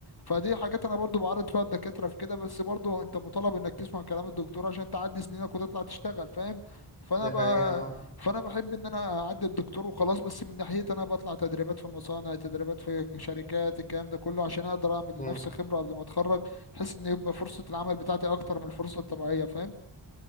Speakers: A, on the left; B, on the left.
A: فدي حاجات انا برضو بعرض فيها الدكاترة في كده بس برضو انت مطالب انك تسمع كلام الدكتور عشان تعدي سنينك وتطلع تشتغل فاهم فانا
B: دي
A: بقى
B: حقيقه
A: فانا بحب ان انا اعدي الدكتور وخلاص بس من ناحيتي انا بطلع تدريبات في مصانع تدريبات في شركات الكلام ده كله عشان اقدر اعمل
B: آه.
A: لنفسي خبرة قبل ما اتخرج بحيث ان يبقى فرصة العمل بتاعتي اكتر من الفرصة الطبيعية فاهم